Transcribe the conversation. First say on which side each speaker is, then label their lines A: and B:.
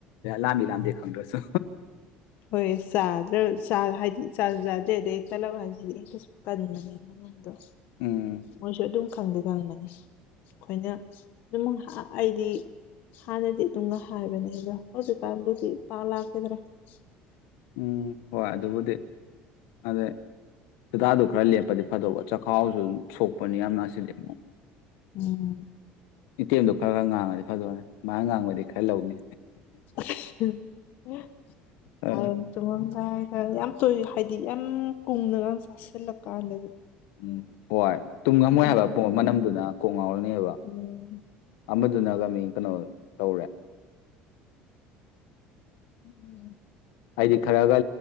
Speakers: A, on the left; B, on the left.
A: ꯂꯥꯝꯃꯤ ꯂꯥꯝꯗꯦ ꯈꯪꯗ꯭ꯔꯁꯨ
B: ꯍꯣꯏ ꯆꯥꯗ꯭ꯔꯦ ꯍꯥꯏꯗꯤ ꯆ ꯆꯥꯗ꯭ꯔꯦ ꯑꯗꯩ ꯑꯩ ꯇꯂꯞ ꯍꯥꯏꯁꯤꯗꯤ ꯀꯟꯕꯅꯦ ꯃꯅꯝꯗꯣ
A: ꯎꯝ
B: ꯃꯣꯏꯁꯨ ꯑꯗꯨꯝ ꯈꯪꯗꯤ ꯈꯪꯕꯅꯤ ꯑꯈꯣꯏꯅ ꯑꯗꯨꯝ ꯑꯩꯗꯤ ꯍꯥꯟꯅꯗꯤ ꯑꯗꯨꯝꯒ ꯍꯥꯏꯕꯅꯦ ꯑꯗꯣ ꯍꯧꯖꯤꯛꯀꯥꯟꯕꯨꯗꯤ ꯄꯥꯛ ꯂꯥꯛꯈꯤꯗ꯭ꯔꯥ <unintelligible>
A: ꯎꯝ ꯍꯣꯏ ꯑꯗꯨꯕꯨꯗꯤ ꯑꯗꯩ ꯍꯤꯗꯥꯗꯨ ꯈꯔ ꯂꯦꯞꯄꯗꯤ ꯐꯗꯧꯕ ꯆꯈꯥꯎꯁꯨ ꯁꯣꯛꯄꯅꯤ ꯌꯥꯝ ꯅꯥꯁꯤꯜꯂꯤ ꯑꯃꯨꯛ
B: ꯎꯝ
A: ꯏꯇꯦꯝꯗꯣ ꯈꯔ ꯈꯔ ꯉꯥꯡꯉꯗꯤ ꯐꯗꯧꯅꯦ ꯃꯥꯅ ꯉꯥꯡꯕꯗꯤ ꯈꯔ ꯂꯧꯅꯤ
B: <unintelligible> ꯌꯥꯝ <unintelligible>
A: ꯑ
B: ꯍꯥꯏꯗꯤ ꯌꯥꯝ ꯀꯨꯡꯅꯒ ꯆꯥꯁꯤꯜꯂꯀꯥꯟꯗꯤ
A: ꯎꯝ ꯍꯣꯏ ꯇꯨꯝ ꯉꯝꯃꯣꯏ
B: ꯎꯝ
A: ꯍꯥꯏꯕ ꯄꯨꯡ ꯑꯃ ꯅꯝꯗꯨꯅ ꯀꯣꯛ ꯉꯥꯎꯔꯅꯤꯕ
B: ꯎꯝ
A: ꯑꯃ ꯑꯗꯨꯅꯒ ꯃꯤ ꯀꯩꯅꯣ ꯇꯧꯔꯦ
B: ꯎꯝ
A: ꯍꯥꯏꯗꯤ ꯈꯔꯒ